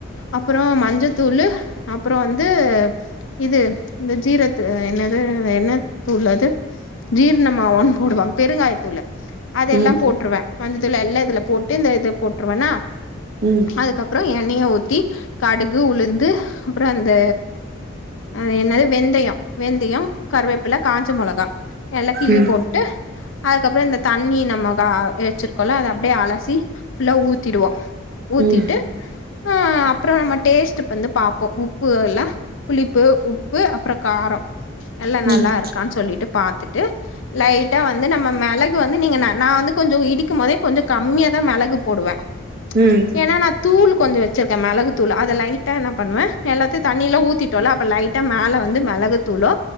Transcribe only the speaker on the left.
அப்போ மஞ்சத்தூளு அப்புறோ வந்து இது இந்த ஜீரத்து என்னது என்ன தூள்ளது ஜீரண்ணமாவான்னு போடுவாங்க பெருங்காயத்தூளு அத எல்லாம்
போட்ருவே மஞ்சத்தூள் எல்லா இதுல போட்டு இந்த இது போட்ருவன்னா
அதுக்கப்புறொ எண்ணெயை ஊத்தி கடுகு உளுந்து அப்றம் அந்த அ என்னது வெந்தயொ கருவேப்பில காஞ்ச மொளகா எல்லா கிள்ளி
போட்டு அதுக்கப்றொ இந்த தண்ணி நம்ம அ எச்சிருக்கோல்ல அத அப்டியே அலசி ஃபுல்லா ஊத்திடுவோ ஊத்திட்டு
அ அப்றொ நம்ம டேஸ்ட் வந்து பாப்போ உப்பு இல்ல புளிப்பு உப்பு அப்றோ காரொ எல்லா நல்லா
இருக்கான்னு சொல்லிட்டு பாத்துட்டு ட்ரு லைட் ட்டா வந்து நம்ம மெளகு வந்து நீங்க நா நா வந்து கொஞ்சொ இடிக்கும் போதே கொஞ்ச கம்மியா தா மெளகு போடுவே
ஏன்னா நா தூளு கொஞ்சொ வெச்சிருக்கே மெளகு தூள் அத லைட்டா என்னா பண்ணுவே எல்லாத்தையு தண்ணியெல்லா ஊத்தி டோல்ல அப்ப லைட்டா மேல வந்து மெளகு தூளூ